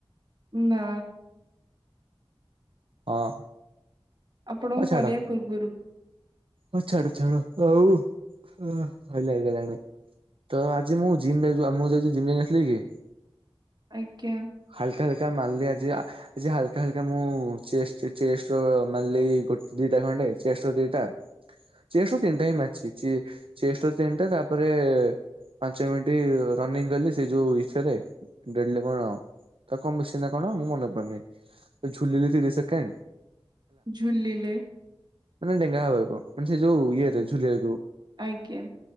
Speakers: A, on the right; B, on the right.
A: ନା।
B: ହଁ।
A: ଆପଣଙ୍କୁ
B: ଛାଡ।
A: କରିବା ପୂର୍ବରୁ।
B: ହଉ ଛାଡ ଛାଡ ହଉ ହାଇ ଲାଗିଗଲାଣି। ତ ଆଜି ମୁଁ ଜିମ ଯାଇଥିଲ ଜିମ୍ ଯାଇନଥିଲି କି?
A: ଆଜ୍ଞା।
B: ହାଲକା ହାଲକା ମାରିଲି ଆଜି ଆଜି ହାଲକା ହାଲକା ମୁଁ ଚେଷ୍ଟ ଚେଷ୍ଟ ର ମାଲି ଗୋଟେ ଦିଟା ଖଣ୍ଡେ ଚେଷ୍ଟ ର ଦିଟା। ଚେଷ୍ଟ ର ତିନିଟା ହିଁ ମାରିଛି। ଚେ ଚେଷ୍ଟ ର ତିନିଟା ତାପରେ ପାଞ୍ଚ ମିନିଟ୍ ରନିଂ କଲି ସେ ଯୋଉ ଏଥେରେ ଡେଲ କଣ ତ କଣ ମେସିନ ନା କଣ? ମୁଁ ମନେ ପଡୁନି ଝୁଲିଲି ତିରଶ ସେକଣ୍ଡ।
A: ଝୁଲିଲେ।
B: ମାନେ ଡେଙ୍ଗା ହବାକୁ ମାନେ ସେ ଯୋଉ ଇଏରେ ଝୁଲିଆକୁ।
A: ଆଜ୍ଞା